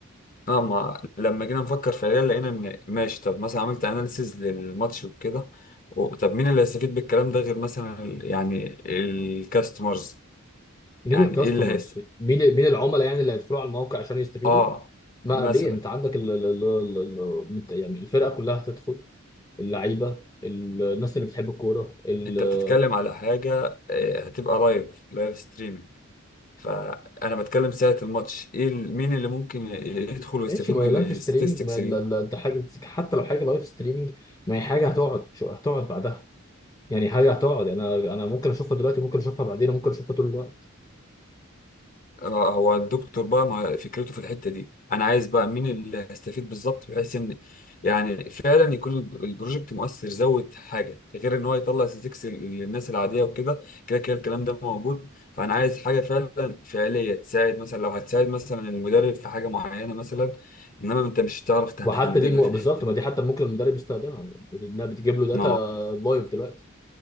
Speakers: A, on the left; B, on the left.
A: اه ما لما جينا نفكر فعليا لقينا ان ماشي طب مثلا عملت اناليسيز للماتش وكده و- طب مين اللي هيستفيد بالكلام ده غير مثلا ال- يعني الكاستمرز
B: مين
A: يعني
B: الكاستمرز
A: ايه اللي هيست
B: مين مين العملاء يعني اللي هيدخلوا على الموقع عشان يستفيدوا
A: اه
B: ما
A: مثلا
B: ليه انت عندك ال ال ال ال ال يعني الفرقه كلها هتدخل اللعيبه ال- الناس اللي بتحب الكوره ال-
A: انت بتتكلم على حاجه آه، هتبقى لايف لايف ستريمنج فانا بتكلم ساعه الماتش ايه ال- مين اللي ممكن ي- يدخل ويستفيد
B: ماشي ما
A: من
B: هي لايف
A: الستاتستكس
B: ستريمنج ما ال-
A: دي
B: ال- انت حاجه حتى لو حاجه لايف ستريمنج ما هي حاجه هتقعد هتقعد بعدها يعني حاجه هتقعد يعني انا انا ممكن اشوفها دلوقتي ممكن اشوفها بعدين ممكن اشوفها طول الوقت
A: آه، هو الدكتور بقى ما فكرته في الحته دي انا عايز بقى مين اللي هيستفيد بالظبط بحيث ان يعني فعلا يكون الب- البروجكت مؤثر زود حاجه غير ان هو يطلع ستاتستكس للناس العاديه وكده كده كده الكلام ده موجود فانا عايز حاجه فعلا فعليه تساعد مثلا لو هتساعد مثلا المدرب في حاجه معينه مثلا انما انت مش هتعرف تهندلها
B: وحتى دي م-
A: في
B: بالظبط
A: الحته
B: ما دي حتى ممكن المدرب يستخدمها انها بتجيب له داتا
A: دي
B: لايف دلوقتي